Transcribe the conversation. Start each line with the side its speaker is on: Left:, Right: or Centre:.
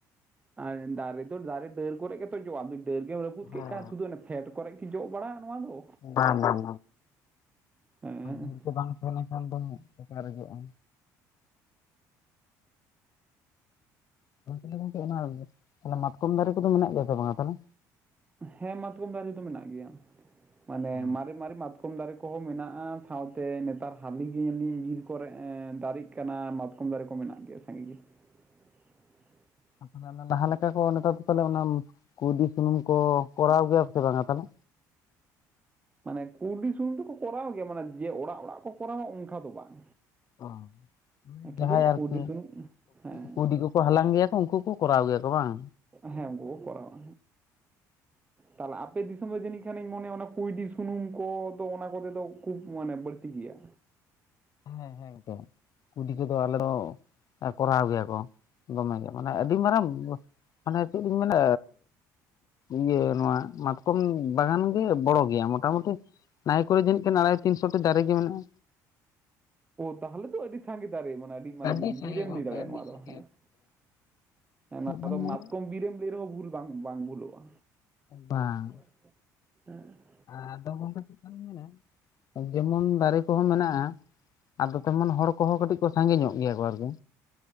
Right: ᱟᱨ ᱫᱟᱨᱮ ᱫᱚ ᱫᱟᱨᱮ ᱰᱟᱹᱨ ᱠᱚᱨᱮ ᱜᱮᱛᱚ ᱡᱚᱜᱼᱟ ᱛᱚ ᱰᱟᱹᱨ ᱜᱮᱢ ᱨᱟᱹᱯᱩᱫ ᱠᱮᱫ
Left: ᱦᱮᱸ
Right: ᱠᱷᱟᱱ ᱥᱩᱫᱩ ᱚᱱᱟ ᱯᱷᱮᱰ ᱠᱚᱨᱮ ᱜᱮ ᱡᱚ ᱵᱟᱲᱟᱜᱼᱟ ᱱᱚᱣᱟᱫᱚ
Left: ᱵᱟᱝ-ᱵᱟᱝ
Right: ᱦᱮᱸ
Left: ᱵᱤᱨ ᱠᱚ ᱵᱟᱝ ᱛᱟᱦᱮᱸ ᱞᱮᱱ ᱠᱷᱟᱱ ᱫᱚ ᱚᱠᱟᱨᱮ ᱡᱚᱜᱼᱟ? ᱛᱟᱦᱚᱞᱮ ᱜᱚᱝᱠᱮ ᱚᱱᱟ ᱢᱟᱛᱠᱚᱢ ᱫᱟᱨᱮ ᱠᱚᱫᱚ ᱢᱮᱱᱟᱜ ᱜᱮᱭᱟ ᱥᱮ ᱵᱟᱝᱟ ᱛᱟᱦᱚᱞᱮ
Right: ᱦᱮᱸ ᱢᱟᱛᱠᱚᱢ ᱫᱟᱨᱮ ᱫᱚ ᱢᱮᱱᱟᱜ ᱜᱮᱭᱟ ᱢᱟᱱᱮ
Left: ᱚ
Right: ᱢᱟᱨᱮ-ᱢᱟᱨᱮ ᱢᱟᱛᱠᱚᱢ ᱫᱟᱨᱮ ᱠᱚᱦᱚᱸ ᱢᱮᱱᱟᱜᱼᱟ ᱥᱟᱶᱛᱮ ᱱᱮᱛᱟᱨ ᱦᱟᱹᱞᱤ ᱜᱮᱞᱤ ᱵᱤᱨ ᱠᱚᱨᱮ ᱫᱟᱨᱮᱜ ᱠᱟᱱᱟ ᱢᱟᱛᱠᱚᱢ ᱩᱞ ᱫᱟᱨᱮ ᱠᱚ ᱢᱮᱱᱟᱜ ᱜᱮᱭᱟ ᱥᱟᱸᱜᱮ ᱜᱮ ᱪᱮᱫ ᱦᱚᱸ ᱵᱟᱝ ᱟᱸᱡᱚᱢᱚᱜ ᱠᱟᱱᱟ ᱾
Left: ᱛᱟᱦᱞᱮ ᱞᱟᱦᱟ ᱞᱮᱠᱟ ᱠᱚ ᱱᱮᱛᱟᱨ ᱫᱚ ᱯᱟᱞᱮ ᱚᱱᱟ ᱠᱩᱸᱭᱰᱤ ᱥᱩᱱᱩᱢ ᱠᱚ ᱠᱚᱨᱟᱣ ᱜᱮᱭᱟ ᱥᱮ ᱵᱟᱝᱟ ᱛᱟᱦᱞᱮ
Right: ᱢᱟᱱᱮ ᱠᱩᱸᱭᱰᱤ ᱥᱩᱱᱩᱢ ᱫᱚᱠᱚ ᱠᱚᱨᱟᱣ ᱜᱮᱭᱟ ᱢᱟᱱᱮ ᱡᱮ ᱚᱲᱟᱜ- ᱚᱲᱟᱜ ᱠᱚ ᱠᱚᱨᱟᱣᱟ ᱚᱱᱠᱟ ᱫᱚ ᱵᱟᱝ
Left: ᱚ
Right: ᱠᱤᱱᱛᱩ
Left: ᱡᱟᱦᱟᱸᱭ ᱟᱨᱠᱤ
Right: ᱠᱩᱸᱭᱰᱤ ᱥᱩᱱᱩᱢ ᱦᱮᱸ
Left: ᱠᱩᱸᱭᱰᱤ ᱠᱚ ᱠᱚ ᱦᱟᱞᱟᱝ ᱜᱮᱭᱟ ᱠᱚ ᱩᱱᱠᱩ ᱠᱚ ᱠᱚᱨᱟᱣ ᱜᱮᱭᱟ ᱠᱚ ᱵᱟᱝ
Right: ᱦᱮᱸ ᱩᱱᱠᱩ ᱠᱚ ᱠᱚᱨᱟᱣᱟ ᱛᱟᱦᱚᱞᱮ ᱟᱯᱮ ᱫᱤᱥᱚᱢ ᱨᱮ ᱡᱟᱹᱱᱤᱡ ᱠᱷᱟᱱᱤᱧ ᱢᱚᱱᱮᱭᱟ ᱚᱱᱟ ᱠᱩᱸᱭᱰᱤ ᱥᱩᱱᱩᱢ ᱠᱚᱫᱚ ᱚᱱᱟ ᱠᱚᱨᱮᱫᱚ ᱠᱷᱩᱵᱽ ᱢᱟᱱᱮ ᱵᱟᱹᱲᱛᱤ ᱜᱮᱭᱟ
Left: ᱦᱮᱸᱻᱦᱮᱸᱻ ᱜᱚᱝᱠᱮ ᱠᱩᱸᱭᱰᱤ ᱠᱚᱫᱚ ᱟᱞᱮ ᱫᱚ ᱠᱚᱨᱟᱣ ᱜᱮᱭᱟ ᱠᱚ ᱫᱚᱢᱮ ᱜᱮ ᱢᱟᱱᱮ ᱟᱹᱰᱤ ᱢᱟᱨᱟᱝ ᱢᱟᱱᱮ ᱪᱮᱫ ᱞᱤᱧ ᱢᱮᱱᱟ ᱤᱭᱟᱹ ᱱᱚᱣᱟ ᱢᱟᱛᱠᱚᱢ ᱵᱟᱜᱟᱱ ᱜᱮ ᱵᱚᱲᱚ ᱜᱮᱭᱟ ᱢᱚᱴᱟᱢᱩᱴᱤ ᱱᱟᱭ ᱠᱚᱨᱮ ᱜᱮ ᱡᱟᱹᱱᱤᱡ ᱠᱤ ᱟᱲᱦᱟᱭ ᱛᱤᱱ ᱥᱚᱴᱤ ᱫᱟᱨᱮ ᱜᱮ ᱢᱮᱱᱟᱜᱼᱟ᱾
Right: ᱛᱟᱦᱞᱮ ᱛᱚ ᱟᱹᱰᱤ ᱥᱟᱸᱜᱮ ᱫᱟᱨᱮ ᱢᱟᱱᱮ ᱢᱟᱱᱮ
Left: ᱟᱹᱰᱤ ᱥᱟᱸᱜᱮ
Right: ᱵᱤᱨᱮᱢ
Left: ᱜᱚᱝᱠᱮ
Right: ᱞᱟᱹᱭ ᱫᱟᱲᱮᱭᱟᱜᱼᱟ ᱱᱚᱣᱟ ᱫᱚ
Left: ᱪᱮᱫ
Right: ᱦᱮᱸ ᱱᱚᱣᱟ
Left: ᱵᱮᱱ
Right: ᱫᱚ
Left: ᱢᱮᱱᱟ
Right: ᱢᱟᱛᱠᱚᱢ ᱵᱤᱨᱮᱢ ᱨᱮᱦᱚᱸ ᱵᱷᱩᱞ ᱵᱟᱝ ᱵᱷᱩᱞᱚᱜᱼᱟ᱾
Left: ᱵᱟᱝ
Right: ᱦᱮᱸᱻ
Left: ᱟᱫᱚ ᱜᱚᱝᱠᱮ ᱪᱮᱫ ᱞᱮᱠᱟ ᱞᱤᱧ ᱢᱮᱱᱟ ᱡᱮᱢᱚᱱ ᱫᱟᱨᱮ ᱠᱚᱦᱚᱸ ᱢᱮᱱᱟᱜᱼᱟ᱾ ᱟᱫᱚ ᱛᱮᱢᱚᱱ ᱦᱚᱲ ᱠᱚᱦᱚᱸ ᱠᱟᱹᱴᱤᱡ ᱠᱚ ᱥᱟᱸᱜᱮ ᱧᱚᱜ ᱜᱮᱭᱟ ᱠᱚ ᱟᱨᱠᱤ